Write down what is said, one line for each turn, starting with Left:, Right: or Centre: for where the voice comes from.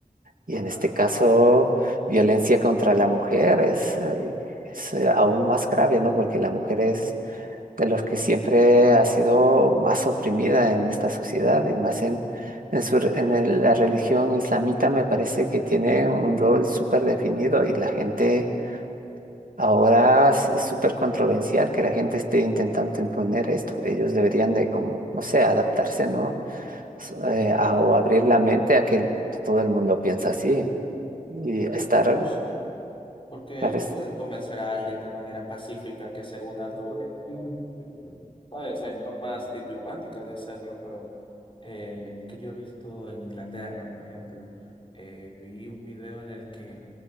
Right: Y en
Left: claro,
Right: este caso,
Left: claro.
Right: violencia contra la mujer es, eh, es eh, aún más grave, ¿no? Porque la mujer es de los que siempre ha sido más oprimida en esta sociedad y más en, en, su, re- en el- la religión islamita me parece que tiene un rol súper definido y la gente ahora es es súper controversial que la gente esté intentando imponer esto. Ellos deberían de como, no sé, adaptarse, ¿no? S- eh, a-
Left: Ujú,
Right: o abrir la mente a que todo el mundo piensa así y estar
Left: Claro, sí. Porque
Right: claro,
Left: tú
Right: es-
Left: puedes convencer a alguien de manera pacífica que se una a tu organización. Pues hay formas diplomáticas de hacerlo, pero eh, que yo he visto en Inglaterra, por ejemplo, eh, vi un video en el que